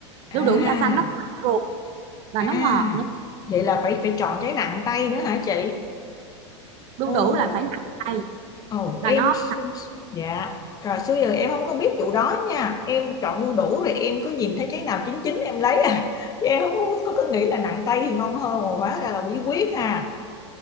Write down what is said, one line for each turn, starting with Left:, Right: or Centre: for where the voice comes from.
Left: À.
Right: đu đủ da xanh nó mặn ruột và
Left: À,
Right: nó ngọt nữa
Left: vậy là phải phải chọn cái nặng tay nữa hả chị?
Right: đu
Left: Ồ,
Right: đủ là phải nặng tay
Left: ồ
Right: và
Left: em
Right: nó
Left: s- s- dạ. Rồi xưa giờ em không có biết vụ đó nha. Em chọn đu đủ rồi em cứ nhìn thấy cái nào chín chín em lấy à. Chứ em không có, có, nghĩ là nặng tay thì ngon hơn mà hóa ra là bí quyết ha.